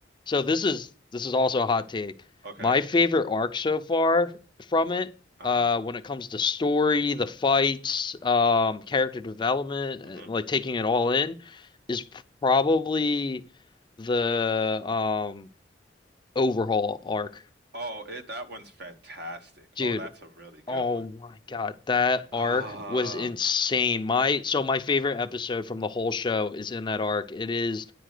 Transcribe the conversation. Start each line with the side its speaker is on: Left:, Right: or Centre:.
Left: so this is this is also a hot take
Right: Okay.
Left: my favorite arc so far from it
Right: Uh-huh.
Left: uh when it comes to story the fights um character development
Right: hmm
Left: uh, like taking it all in is probably the um overhaul arc
Right: Oh, it that one's fantastic.
Left: dude
Right: Oh, that's a really good
Left: Oh
Right: one.
Left: my God, that
Right: Ah,
Left: arc was insane. My so my favorite episode from the whole show is in that arc. It is